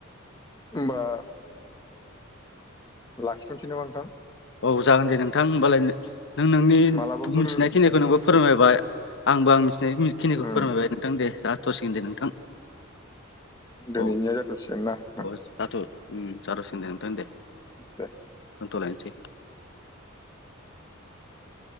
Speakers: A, on the left; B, on the left.
A: होमबा लाखिथ'नोसै नामा नोंथां?
B: औ जागोन दे नोंथां हबालाय नों नोंनि
A: मालाबाफोर
B: मिथिनायखिनिखौ नोंबो फोरमायबाय आंबो आं मिथिनायखिनिखौ
A: ओम
B: फोरमायबाय नोंथां दे जास्थ'सिगोन दे नोंथां।
A: दिनैनिया
B: औ
A: जाथ'सिगोन ना?
B: औ जाथ' उम जाथ'सिगोन दे नोंथां दे
A: दे।
B: दोनथ'लायनोसै। <inaudible>